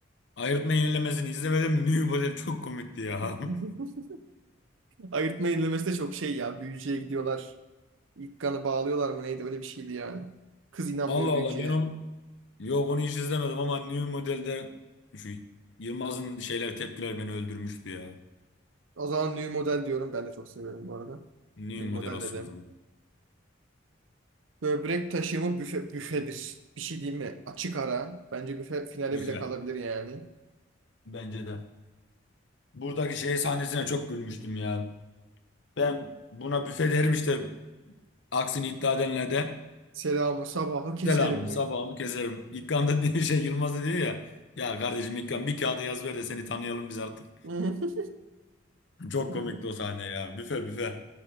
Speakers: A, on the left (about 60°); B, on the right (about 75°).
A: Ayrıtma yenilemesini izlemedim. New Model çok komikti ya.
B: <laughs>
A: <laughs>
B: Ayırtma yenilemesi de çok şey ya. Büyücüye gidiyorlar. İlk kanı bağlıyorlar mı neydi? Öyle bir şeydi yani. Kız inanmıyor
A: Allah Allah
B: büyücüye.
A: ben onu yok onu hiç izlemedim ama New Model'de şu Yılmaz'ın şeyler tepkiler beni öldürmüştü ya.
B: O zaman new model diyorum. Ben de çok seviyorum bu arada.
A: New
B: New
A: Model
B: model
A: olsun
B: dedim.
A: o zaman.
B: Böbrek taşımı büfe, büfedir. Bir şey diyeyim mi? Açık ara. Bence büfe finale
A: Büfe.
B: bile kalabilir yani.
A: Bence de. Buradaki şey sahnesine çok gülmüştüm ya. Ben buna büfe derim işte aksini iddia edenler de
B: Selamı sabahı keserim
A: selamımı sabahımı keserim. İlkan da diye şey Yılmaz da diyor ya. Ya kardeşim İlkan bir kağıda yaz ver de seni tanıyalım biz artık.
B: Hı.
A: Çok
B: <laughs>
A: komikti o sahne ya. Büfe büfe.